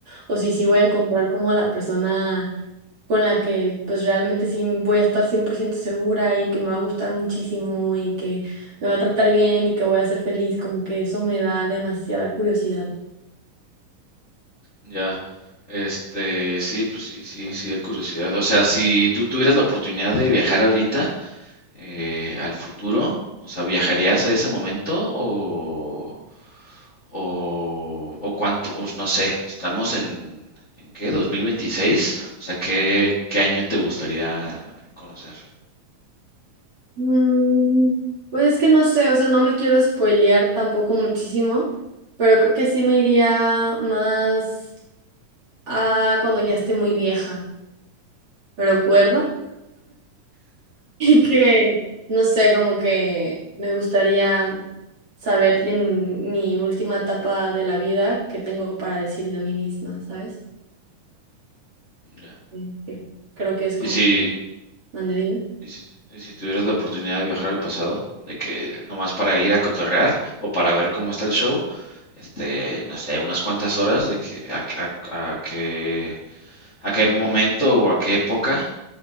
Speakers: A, on the right; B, on the left.
A: O si sí voy a encontrar como a la persona con la que pues realmente sí voy a estar 100% segura y que me va a gustar muchísimo y que me va a tratar bien y que voy a ser feliz, como que eso me da demasiada curiosidad.
B: Ya. Este, sí, pues sí, sí, sí, de curiosidad. O sea, si tú tuvieras la oportunidad de viajar ahorita eh, al futuro, o sea, ¿viajarías a ese momento o, o, o cuánto? o no sé, estamos en, ¿en qué? ¿2026? O sea, ¿qué, qué año te gustaría conocer?
A: Mm, pues es que no sé, o sea, no me quiero spoilear tampoco muchísimo, pero creo que sí me iría más a cuando ya esté muy vieja, pero cuerda. <laughs> Y que, no sé, como que me gustaría saber en mi última etapa de la vida qué tengo para decirme a mí misma, ¿sabes?
B: Ya.
A: Sí, que creo que es como...
B: Y si,
A: Ande, dime.
B: Y si, y si tuvieras la oportunidad de viajar al pasado, de que nomás para ir a cotorrear o para ver cómo está el show, este, no sé, unas cuantas horas de que a, a- a qué, a qué momento o a qué época,